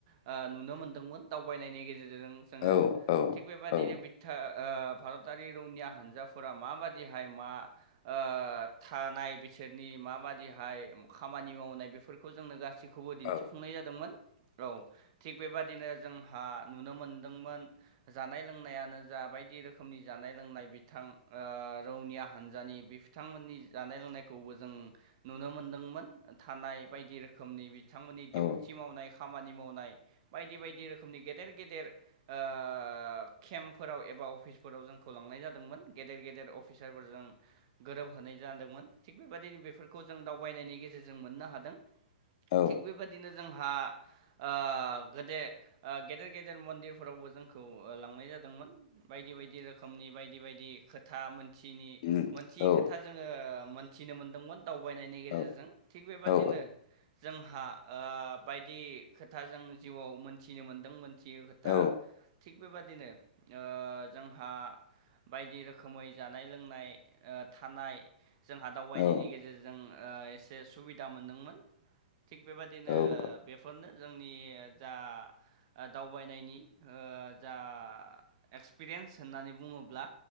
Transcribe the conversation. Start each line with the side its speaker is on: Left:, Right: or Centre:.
Right: ओ नुनो मोनदोंमोन। दावबायनायनि गेजेरजों जों जोङो।
Left: औ
Right: थिग बेबादिनो
Left: औ
Right: बिथा ओ भारतारि रौनिया हान्जाफोरा माबायदिहाय मा ओ थानाय बि सोरनि माबादिहाय खामानि मावनाय बेफोरखौ जोंनो गासैखौबो दिन्थिफुंनाय
Left: औ
Right: जादोंमोन। औ थिग बेबादिनो जोंहा नुनो मोनदोंमोन जानाय लोंनायानो जा बायदि रोखोमनि जानाय लोंनाय बिथां ओ रौनिया हानजानि बे बिथांमोननि जानाय लोंनायखौ खौबो जों नुनो मोनदोंमोन। थानाय बायदि रोखोमनि बिथांमोननि डिउथि
Left: औ
Right: मावनाय खामानि मावनाय बायदि बायदि रोखोमनि गेदेर गेदेर ओ केम्पफोराव एबा अफिसफोराव जोंखौ लांनाय जादोंमोन। गेदेर गेदेर अफिसारफोरजों गोरोबहोनाय जादोंमोन। थिग बेबायदिनो बेफोरखौ जों दावबायनायनि जों मोननो हादों।
Left: औ
Right: थि बेबायदिनो जोंहा ओ गोदे ओ गेदेर गेदेर मन्दिरफोरावबो जोंखौ ओ लांनाय जा दोंमोन। बायदि बायदि रोखोमनि बायदि बायदि खोथा मोनथियैनि
Left: उम
Right: मोनथियै
Left: औ
Right: खोथा जोङो ओ मोन थिनो मोनदोंमोन दावबायनायनि गेजेरजों।
Left: औ
Right: थिग बेबादिनो
Left: औ
Right: जा जोंहा ओ बायदि खोथा जों जिउआव मोनथिनो मोनदों मोनथि थियै खोथा
Left: औ
Right: थिग बेबादिनो ओ जोंहा बायदि रोखोमै जानाय लोंनाय ओ थानाय जोंहा दावबायनायनि
Left: औ
Right: गेजेरजों ओ एसे सुबिदा मोनदोंमोन। थिग बेबायदिनो
Left: औ
Right: बेफोरनो जोंनि ओ जा दावबायनायनि ओ जा एक्सपिरियेन्स होननानै बुङोब्ला